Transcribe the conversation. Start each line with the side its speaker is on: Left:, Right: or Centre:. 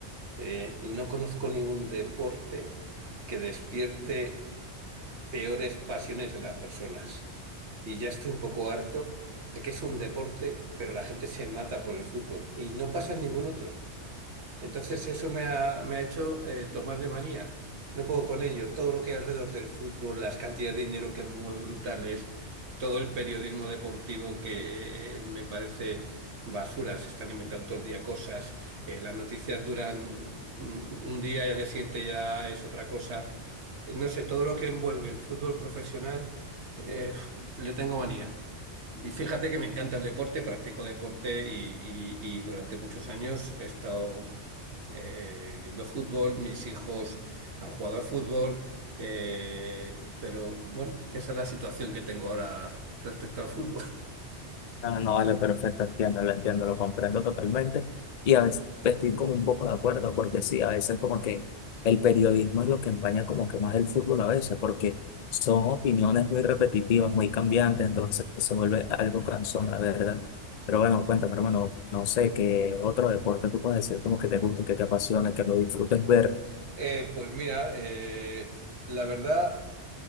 Right: eh, no conozco ningún deporte que despierte peores pasiones en las personas. Y ya estoy un poco harto de que es un deporte, pero la gente se mata por el fútbol y no pasa en ningún otro. Entonces eso me ha, me ha hecho eh, tomarle manía. No puedo con ello. Todo lo que hay alrededor del fútbol, las cantidades de dinero que mueve brutales, todo el periodismo deportivo que eh, eh, me parece basura. Se están inventando todo el día cosas. eh, las noticias duran un un día y al día siguiente ya es otra cosa. Eh, No sé, todo lo que envuelve el fútbol profesional, eh, le tengo manía. Y fíjate que me encanta el deporte, practico deporte y, y- y durante muchos años he estado eh, viendo fútbol, mis hijos han jugado al fútbol, eh, pero bueno, esa es la situación que tengo ahora respecto al fútbol. <laughs>
Left: Ah, no, vale, perfecto, entiendo, lo entiendo, lo comprendo totalmente. Y a veces estoy como un poco de acuerdo, porque sí, a veces como que el periodismo es lo que empaña como que más el fútbol a veces, porque son opiniones muy repetitivas, muy cambiantes, entonces se vuelve algo cansón, la verdad. Pero bueno, cuéntame, hermano, no sé qué otro deporte tú puedes decir como que te guste, que te apasione, que lo disfrutes ver.
Right: Eh, pues mira, eh, la verdad,